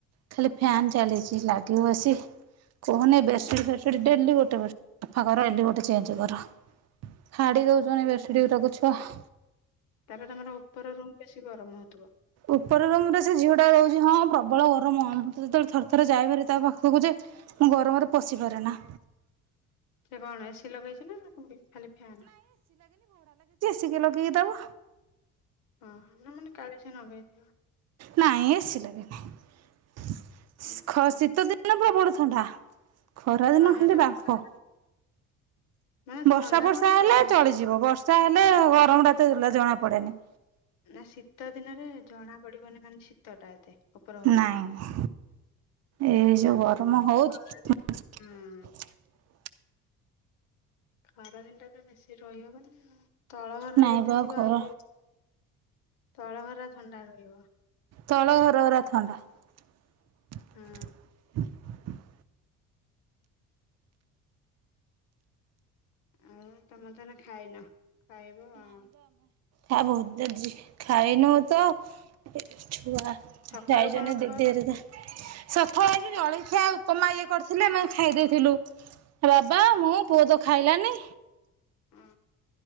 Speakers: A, on the right (about 55°); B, on the left (about 85°).
A: ଖାଲି ପ୍ ଫ୍ୟନ ଚାଲିଛି ଲାଗିବ ଏସି, <unintelligible> କୁହନି
B: ହୁଁ
A: ବେଶୁଳି ଫେସୁଳି ଡେଲି ଗୋଟେ ବ ସଫା କର ଡଲି ଗୋଟେ ଚେଞ୍ଜ କର। ହାଡ଼ି ଦଉଛନ
B: ସେଇଆ
A: ବେଶଡି ତାକୁ ଛୁଆ। ହା
B: ତାପରେ ତାଙ୍କର ଉପର ରୁମ୍ ବେଶୀ ଗରମ ହଉଥିବ
A: ଉପର ରୁମ ରେ ସେ ଝିଅ ଟା ରହୁଛି ହଁ ପ୍ରବଳ ଗରମ ଅମ୍ ମୁଁ ତ ଯେତେବେଳେ ଥରେ ଥରେ ଯାଇପାରି ତା ପାଖକୁ ଯେ ମୁଁ ଗରମରେ ପଶି ପାରେ ନା,
B: ସେ କଣ ଏସି ଲଗେଇଛି ନା କୁବି ଖାଲି ଫ୍ୟନ୍
A: ଘିଇ ଲଗେଇଲି ଦେବୁ।
B: ହଁ ନା ମାନେ କାଳେଶ ନଗେଇ ନା।
A: ନାାଇଁ ଏସି ଲାଗେନି, <unintelligible>
B: ହଁ
A: ଖ
B: ହଁ
A: ଶୀତ ଦିନ ଭଳବଳ ଥଣ୍ଡା, ଖରା ଦିନ
B: ହଁ ହେଟା
A: ହେଲେ ବାପ
B: ଉପରେ ମାନେ
A: ବର୍ଷା
B: ଥଣ୍ଡା
A: ବର୍ଷା
B: କଣ କି
A: ହେଲେ
B: ଗ
A: ଚଳିଯିବ ବର୍ଷା ହେଲେ ଗରମ ଟ ତ୍ ଜଣା ପଡେନି।
B: ନା ଶୀତ ଦିନରେ ଜଣା ପଡିବନି ନାନ୍ ଶିତଟା ଏତେ ଉପର ଘରକୁ
A: ନାଇଁ ଏ ଯୋଉ
B: ଆଉ
A: ଗରମ ହଉଛି
B: ଖରାଦିନ
A: ଥନ୍ <unintelligible>
B: ହୁଁ ଖରା ଦିନଟା ତ ବେଶୀ ରହିହବନି ଆଉ ତଳ ଘର
A: ନାଇଁ
B: ଯଦି
A: ବା
B: ଥିବ
A: ଘର
B: ଆରେ ତଳ ଘର ଥଣ୍ଡା ରହିବ।
A: ତଳ ଘରରା ଥଣ୍ଡା। <unintelligible>
B: ହଁ ଆଉ ତମେ ତାହାନେ ଖାଇନ ଖାଇବ ଆଉ।
A: ହା ବହୁ ଦର୍ଜି ଖାଇନୁ ତ ଏ ଛୁଉଆ
B: ସକାଳୁ
A: ଯାଇଚନ୍ତି
B: କଣ
A: ଦିଦି
B: ଖାଅ
A: ହାରିକା ସଫଳ ଆଜି
B: ହୁଁ
A: ଜଳଖିୟ ଆଉ ତମ ମା ଇଏ କରିଥିଲେ ନା ଖାଇ ଦେଇଥିଲୁ ଆ ବାବା ମୁଁ ପୁଅ ତ ଖାଇଲାନି।
B: ହୁଁ।